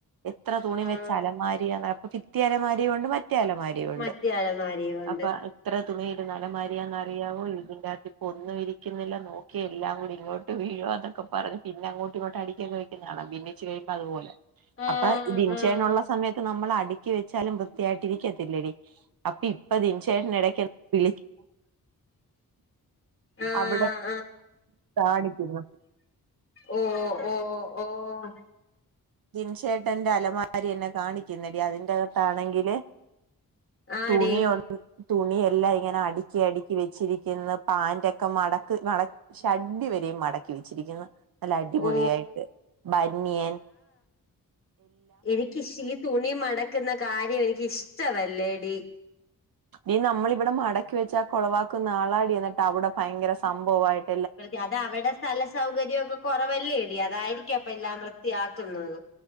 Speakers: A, on the right (about 70°); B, on the left (about 35°).
A: എത്ര തുണി
B: ആഹ്
A: വെച്ച അലമാരിയാന്ന് അപ്പം ഭിത്തിയലമാരീവൊണ്ട് മ മറ്റേ അലമാരീവൊണ്ട്.
B: മറ്റേ അലമാരയും കൊണ്ട്
A: അപ്പൊ ഇത്ര തുണീരുന്ന അലമാരി അ അറിയാവോ ഇതിന്റെകത്ത് ഇപ്പോ ഒന്നും ഇരിക്കുന്നില്ല നോക്കി എല്ലാം കൂടി ഇങ്ങോട്ട് വീഴു എന്നൊക്കെ പറഞ്ഞഞ് പിന്നെങ്ങോട്ട ഇങ്ങോട്ട അടിക്കൊക്കെക്കുന്ന കാണം പിന്നി ച്ചി കഴുമ്പോ അതുപലെ
B: ആഹ്
A: അപ്പൊ ഇൻഷേനള്ള
B: ആഹ്
A: സമയത്ത് നമ്മൾ അടി ക്ക വെച്ചാലും വൃത്തിയായിട്ടിരിക്കത്തില്ലടി അപ്പൊ ഇപ്പ ദിനി ചേട്ടൻ ഇടക്ക് വി
B: ആഹ്
A: അവിടെ കാണിക്കിരുന്നു
B: ഒ ഓ ഒ ഓ ഓ
A: ദിൻചേട്ടന്റെ അലമാരി എന്നെ കാണിക്ക ടീ അതിന്റെകത്താണെങ്കിൽ
B: ആടി
A: തുണിന്ന് തുണി എല്ലാം ഇങ്ങനെ അടി ക്കി അടക്കി വെച്ചിരിക്കുന്ന പാൻ്റ് ഒക്കെ മടക്ക മട ഷഡി വരെയും മടക്കി വെച്ചിരിക്കുന്നു നല്ല അടിപൊളിയായിട്ട്
B: ഓ
A: ബന്നിയൻ
B: എനിക്ക് ഈ തുണി മടക്കുന്ന കാര്യം എനിക്ക് ഇഷ്ടവല്ലേ ടി
A: ഇീ നമ്മളിവിടെ മടക്കി വെച്ചാ കൊളവാക്ക നാളാടി എന്നിട്ട് അവിടെ ഭയങ്കര സംഭവമായിയിട്ട്
B: വൃ അത അവിടെ സ്ഥല സൗകര്യം ഒക്കെ കുറവല്ലേ ഇടി അതായിരിക്കും അപ്പൊ എല്ലാം വൃത്തിയാക്കുന്നത്